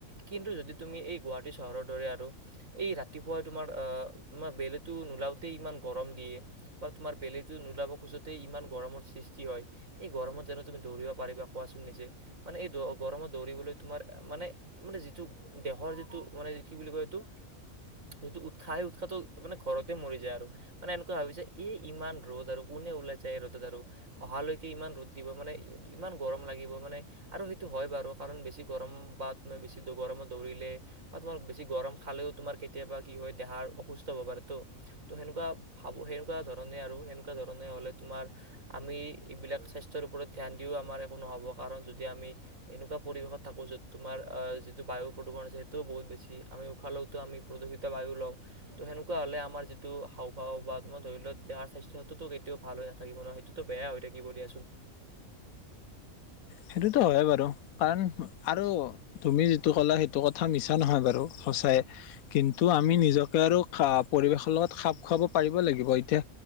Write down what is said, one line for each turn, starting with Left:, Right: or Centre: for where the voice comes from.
Right: কিন্তু যদি তুমি এই গুৱাহাটী চহৰৰ দৰে আৰু এই ৰাতিপুৱা তোমাৰ, তোমাৰ বেলিটো নোলাওঁতেই ইমান গৰম দিয়ে। বা তোমাৰ বেলিটো নোলাব খোজোতে ইমান গৰমৰ সৃষ্টি হয়, এই গৰমত যানো তুমি দৌৰিব পাৰিবা কোৱাচোন নিজে, মানে এই দৌ গৰমত দৌৰিবলৈ তোমাৰ মানে তাৰ মানে যিটো, দেহৰ যিটো মানে কি বুলি কয় এইটো যিটো উৎসাহ আহে, উৎসাহটো মানে ঘৰতে মৰি যায় আৰু। মানে এনেকুৱা ভাবিছে, এই ইমান ৰ'দ আৰু কোনে ওলাই যায় এই ৰ'দত আৰু। অহালৈকে ইমান ৰ'দ দিব, মানে ইমান গৰম লাগিব মানে আৰু সেইটো হয় বাৰু, কাৰণ বেছি গৰম বাত বেছি গৰমত দৌৰিলে বা তোমাৰ বেছি গৰম খালেও তোমাৰ, কেতিয়াবা কি হয় দেহাৰ অসুস্থ হব পাৰেতো। ত' সেনেকুৱা ভাবো, সেনেকুৱা ধৰণে আৰু সেনেকুৱা ধৰণে হলে তোমাৰ আমি এইবিলাক স্বাস্থ্যৰ ওপৰত ধ্যান দিও, আমাৰ একো নহ'ব কাৰণ যদি আমি এনেকুৱা পৰিৱেশত থাকো, য'ত তোমাৰ আ যিটো বায়ু প্ৰদূষণ আছে সেইটোও বহুত বেছি আমি উশাহ লৈ আমি প্ৰদূষিত বায়ু লওঁ। ত' সেনেকুৱা হলে আমাৰ যিটো হাওঁফাওঁ বা ত' ধৰি লোৱা দেহাৰ স্বাস্থ্য ক্ষেত্ৰতো কেতিয়াও ভাল হৈ নাথাকিব নহয়। তো বেয়া হৈ থাকিব দিয়াচোন।
Left: সেইটোতো হয়ে বাৰু, কাৰণ আৰু তুমি যিটো কলা এইটো কথা মিছা নহয় বাৰু সঁচাইয়ে, কিন্তু আমি নিজকে আৰু পৰিৱেশৰ লগত খাপ খুৱাব পাৰিব লাগিব, এতিয়া